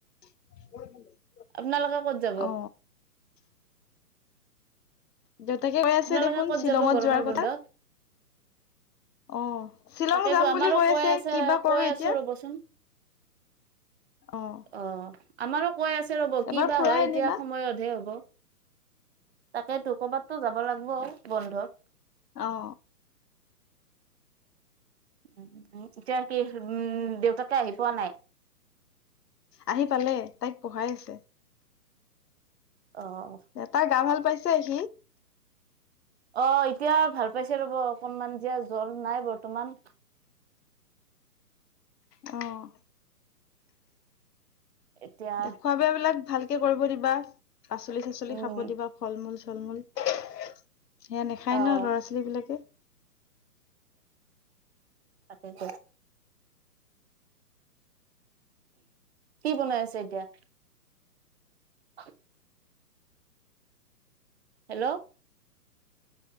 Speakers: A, on the left; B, on the right.
A: <unintelligible>
B: আপোনালোকে ক'ত যাব?
A: অ দেউতাকে কৈ আছে
B: আপোনালোকে
A: দেখোন
B: ক'ত
A: শ্বিলঙত
B: যাব গৰমৰ
A: যোৱাৰ কথা।
B: বন্ধত?
A: অ'। শ্বিলং
B: তাকেইেতো
A: যাম
B: আমাৰো
A: বুলি
B: কৈ আছে,
A: কিবা কৰো
B: কৈ
A: এতিয়া
B: আছো ৰবচোন।
A: অ
B: অ', আমাৰো কৈ আছে ৰ'ব,
A: এবাৰ
B: কি বা
A: ফুৰাই
B: হয় এতিয়া
A: আনিবা
B: সময়তহে হ'ব। তাকেইেতো, কৰ'বাতটো যাব লাগব বন্ধত।
A: অ'।
B: <unintelligible> ইতিয়া কি উম, দেউতাকে আহি পোৱা নাই।
A: আহি পালে, তাইক পঢ়াই আছে।
B: অ'
A: তাই গা ভাল পাইছ <unintelligible>
B: অ', এতিয়া ভাল পাইছে ৰ'ব অকনমান, এতিয়া জ্বৰ নাই বৰ্তমান।
A: অ'।
B: এতিয়া
A: দেখুৱাবা বিলাক ভাল কৰিব দিবা। পাচলি চাচলি
B: উম
A: খাব দিবা, ফল মূল চলমূল। সেয়া নাখায়
B: অ'
A: ন ল'ৰা ছোৱালী বিলাকে।
B: তাকেইটো। কি বনাই আছে এতিয়া? <inaudible> Hello?